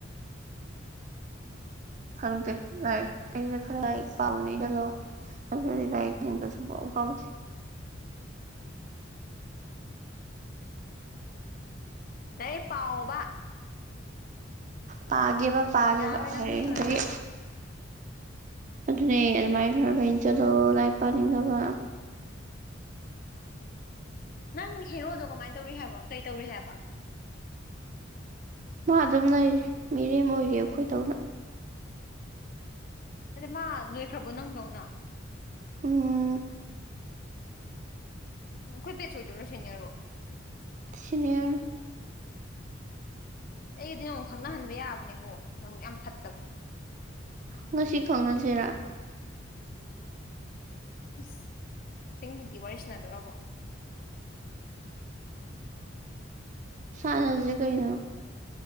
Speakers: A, on the right; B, on the left.
A: ꯈꯪꯗꯦ ꯂꯥꯏꯔꯤꯛ ꯀꯩꯁꯦ ꯈꯔ <unintelligible> ꯑꯗꯨꯅꯤ ꯂꯥꯏꯔꯤꯛ ꯄꯥꯅꯤꯡꯕꯥ ꯁꯨꯡꯐꯥꯎ ꯐꯥꯎꯗꯦ
B: ꯂꯥꯏꯛ ꯄꯥꯎꯕ
A: ꯄꯥꯒꯦꯕ ꯄꯥꯒꯦꯕ
B: ꯌꯥꯔꯔꯣꯏ ꯅꯪ
A: ꯍꯌ‌ꯦꯡꯗꯒꯤ
B: ꯃꯤ ꯑꯣꯏꯔꯔꯣꯏ
A: ꯑꯗꯨꯅꯦ ꯑꯗꯨꯃꯥꯏꯅ ꯈꯔ
B: ꯎꯝ
A: ꯏꯟ ꯆꯠꯂꯣ ꯂꯥꯏꯛ ꯄꯥꯅꯤꯡꯅꯕ
B: ꯅꯪ ꯍꯦꯔꯣꯗꯣ ꯀꯃꯥꯏꯅ ꯇꯧꯔꯤ ꯍꯥꯏꯕ ꯀꯩ ꯇꯧꯔꯤ ꯍꯥꯏꯕ
A: ꯃꯥ ꯑꯗꯨꯝ ꯂꯩꯔꯤ ꯃꯤꯔꯦꯝ ꯑꯣꯏꯔꯤ ꯑꯩꯈꯣꯏꯗꯧꯅ
B: ꯑꯗ ꯃꯥ ꯂꯣꯏꯈ꯭ꯔꯕꯣ ꯅꯪꯗꯧꯅ
A: ꯎꯝ
B: ꯎꯝ ꯑꯈꯣꯏ ꯕ‌ꯦꯠꯁ ꯑ‌ꯣꯏꯗꯣꯏꯔ‌ꯣ ꯁꯤꯅꯦꯌꯔꯔ‌ꯣ
A: ꯁꯤꯅꯦꯌꯔ
B: ꯑꯩꯗꯤ ꯅ‌ꯣꯜ ꯈꯪꯅꯍꯟꯕ ꯌꯥꯕꯅꯦ ꯀ‌ꯣ ꯅꯕꯨꯛ ꯌꯥꯝ ꯐꯠꯇꯕ
A: ꯉꯁꯤ ꯈꯪꯅꯁꯤꯔꯥ
B: ꯑꯁ ꯑꯁ‌ꯦꯡꯕꯒꯤ ꯋꯥꯔꯤ ꯁꯅꯥꯗꯧꯔꯕꯣ
A: ꯁꯥꯟꯅꯁꯦ ꯀꯩꯅꯣ